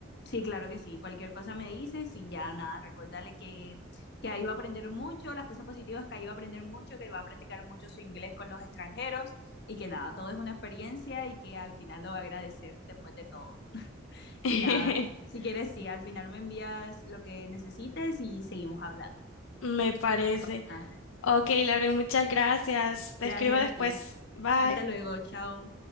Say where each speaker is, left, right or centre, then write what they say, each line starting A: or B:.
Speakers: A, on the left; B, on the left.
A: Sí, claro que sí. Cualquier cosa me dices y ya nada, recordarle que, que ahí va a aprender mucho, las cosas positivas que ahí va a aprender mucho, que va a practicar mucho su inglés con los extranjeros y que nada, todo es una experiencia y que al final lo va a agradecer después de todo.
B: <laughs>
A: Y nada, si quieres, sí, al final me envías lo que necesites y seguimos hablando.
B: Me parece.
A: No pasa nada.
B: Ok, Lauren, muchas gracias. Te
A: Gracias
B: escribo después.
A: a ti.
B: Bye.
A: Hasta luego, chao.